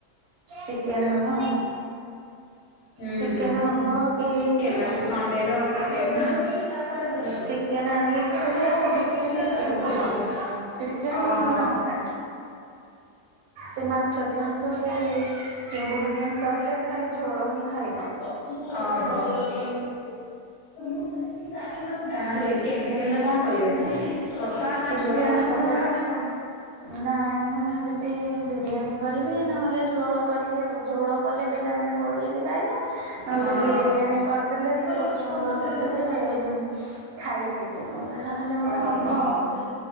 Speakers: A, on the right (about 70°); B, on the left (about 55°).
A: ଚିକେନ ହବ ଆଉ।
B: ହୁଁ
A: ଚିକେନ୍
B: ହୁଁ
A: ହବ କି
B: ଚିକେନ ଆଜି ସଣ୍ଡେ ର ଚିକେନ ନା। ତାପରେ କଥା ହୁଏ
A: ଚିକେନ ଆଣିକି
B: କଥାଟାକୁ
A: ପୁଅକୁ
B: ଛାଡ ଆଗ ବହୁତ
A: ବେଶୀ
B: ଥିଲା
A: ଚିକେନ
B: ତାପରେ କଥାକୁ
A: ପସନ୍ଦ।
B: ଯିବା।
A: ଚିକେନ୍
B: ଓହୋ
A: ନହେଲେ
B: ହଁ।
A: ଅଣ୍ଡା। ସେ ମାଛ ଜିନିଷ କି ଚିଙ୍ଗୁଡ଼ି ଜିନିଷ ହେଲେ ସେ ଖାଲି ଝୋଳ ହିଁ ଖାଇବା।
B: ଓହୋ। ଆ ଚି-ଚିକେନ ନା କଣ କରିବେ? କଷା ନା
A: ଚିକେନ୍
B: ଝୋଳ ନା ପକୋଡା
A: ତ
B: ନା କଣ?
A: ନାଇଁ ମୁଁ ଭାବିଛି ବିରିୟାନୀ କରି କରିବି ନହେଲେ ଝୋଳ କରିବି ଆଉ ଝୋଳ କଲେ ପିଲାମାନେ ଗୋଳେଇକି ଖାଇବେ। ନହେଲେ
B: ହଁ
A: ବିରିୟାନୀ କରିଦେଲେ ସେ
B: ହଁ।
A: କଚୁମ୍ବର କରିଦେଲେ ଉଁ ଖାଇ ହେଇଛି କଣ ଯାହାହଲେ
B: ଦଶମ
A: ଗୋଟେ ହବ
B: ପଢିଲା
A: ଆଉ।
B: ବେଳେ